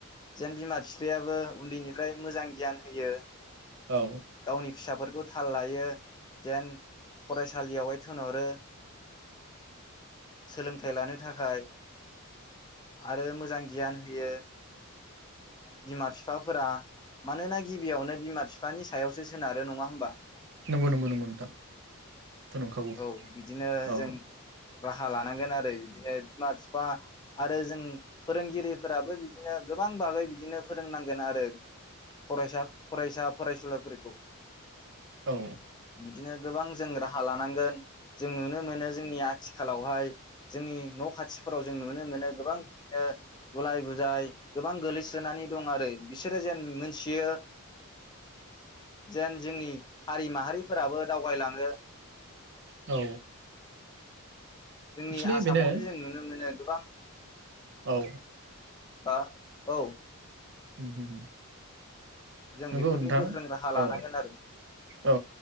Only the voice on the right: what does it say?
औ।
नंगौ नंगौ नंगौ नोंथां बेथ' नंखागौ
औ।
औ।
औ।
एक्सुलि
बेनो
औ।
उम उम।
नंगौ
नोंथां
औ
औ